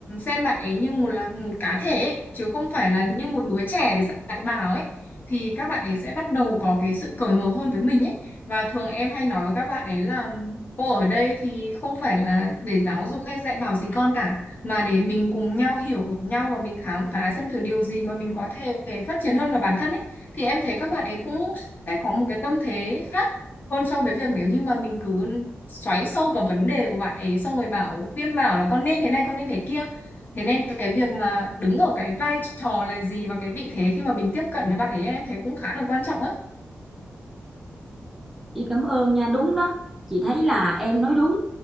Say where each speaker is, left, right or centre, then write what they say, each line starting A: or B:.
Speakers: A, on the left; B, in the centre.
A: xem bạn ấy như một là một cá thể ấy, chứ không phải là như một đứa trẻ để dạy bảo ấy thì các bạn ấy sẽ bắt đầu có cái sự cởi mở hơn với mình ấy và thường em hay nói với các bạn ấy là cô ở đây thì không phải là để giáo dục hay dạy bảo gì con cả mà để mình cùng nhau hiểu nhau và mình khám phá xem thử điều gì mà mình có thể phát triển hơn vào bản thân ấy thì em thấy các bạn ấy cũng sẽ có một cái tâm thế khác hơn so với việc nếu như mà mình cứ xoáy sâu vào vấn đề của bạn ấy xong rồi bảo khuyên bảo là con nên thế này con nên thế kia thế nên cái việc mà đứng ở cái vai trò là gì và cái vị thế khi mà mình tiếp cận với bạn ấy em thấy cũng khá là quan trọng á
B: Chị cảm ơn nha, đúng đó. Chị thấy là em nói đúng.